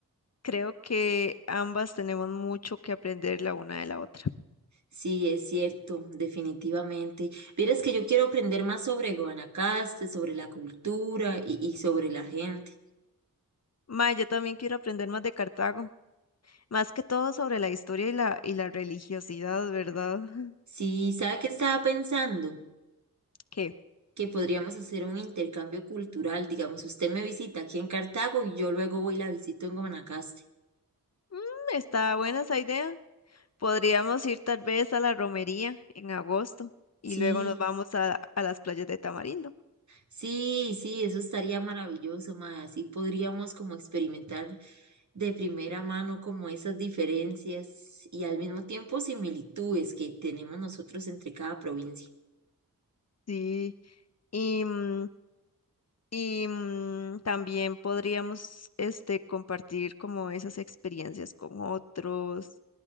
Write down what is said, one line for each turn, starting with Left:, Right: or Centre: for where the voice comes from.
Left: Creo que ambas tenemos mucho que aprender la una de la otra.
Right: Sí, es cierto, definitivamente. Vieras que yo quiero aprender más sobre Guanacaste, sobre la cultura y, y sobre la gente.
Left: Ma, yo también quiero aprender más de Cartago, más que todo sobre la historia y la, y la religiosidad, ¿verdad? <laughs>
Right: Sí, ¿sabe qué estaba pensando?
Left: ¿Qué?
Right: Que podríamos hacer un intercambio cultural. Digamos, usted me visita aquí en Cartago y yo luego voy y la visito en Guanacaste.
Left: Mm, está buena esa idea. Podríamos ir tal vez a la romería en agosto y
Right: Sí.
Left: luego nos vamos a, a las playas de Tamarindo.
Right: Sí, sí, eso estaría maravilloso, mae. Así podríamos como experimentar de primera mano como esas diferencias y al mismo tiempo similitudes que tenemos nosotros entre cada provincia.
Left: Sí, y mm, Y mm, también podríamos este, compartir como esas experiencias con otros,